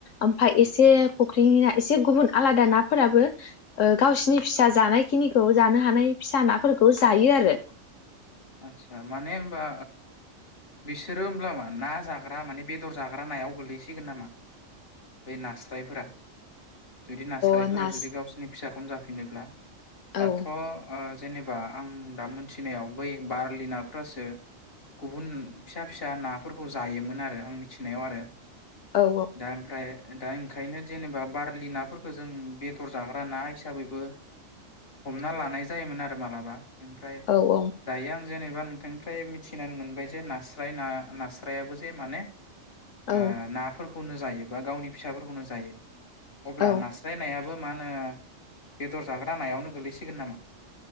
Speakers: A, on the left; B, on the left.
A: ओमफ्राय
B: ए
A: एसे फुख्रिनि ना एसे गुबुन आलादा नाफोराबो गावसिोरनि फिसा जानाय खिनिखौ जानो हानाय फिसा नाफोरखौ जायो आरो
B: आचसा माने होनबा बिसोरो होमब्ला मा ना जाग्रा माने बेदर जाग्रा नायाव गोलैसिगोन नामा बै नास्रायफोरा जुदि नारासारायफोरा
A: अ नास
B: जुदि गावसिनि फिसाखौ खम जाफिनोब्ला
A: औ
B: दाथ ओ जेनेबा आं दा मोनथिनायाव बै बारलि नाफ्रासो गुबुन फिसा फिसा नाफोरखौ जायोमोन आरो आं मिथि नायाव आरो
A: औ
B: दा ओमफ्राय दा ओंखायनो जेनेबा बारलि नाफोरखौ जों बेदर जाग्रा ना हिसाबैबो हमना लानाय जायोमोन आरो मालाबा ओमफ्राय
A: औ औ
B: दायो आं जेनेबा नोंथांनिफ्राय मिथिनानै मोनबाय जे नास्राय ना नास्रायाबो जे माने
A: औ
B: ओ नाफोर खौनो जायो बा गावनि फिसाफोरखौनो जायो। अब्ला
A: औ
B: नास्राय नाया बो मा होनो बेदर जाग्रा नायावनो गोलैसिगोन नामा?